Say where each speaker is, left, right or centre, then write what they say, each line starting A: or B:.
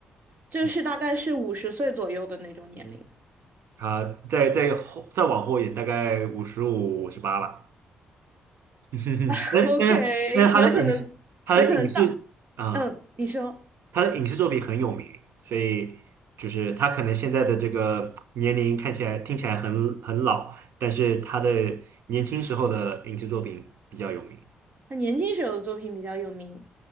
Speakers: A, on the right; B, on the right.
A: 就是大概是五十岁左右的那种年龄。
B: 嗯，他在在后再往后一点，大概五十五、五十八了。<laughs>
A: <laughs>
B: 但是但是但是他的影视他的影视啊、
A: OK，有可能，有可能到，嗯，你说，
B: 他的影视作品很有名，所以就是他可能现在的这个年龄看起来听起来很很老，但是他的年轻时候的影视作品比较有名。
A: 他年轻时候的作品比较有名，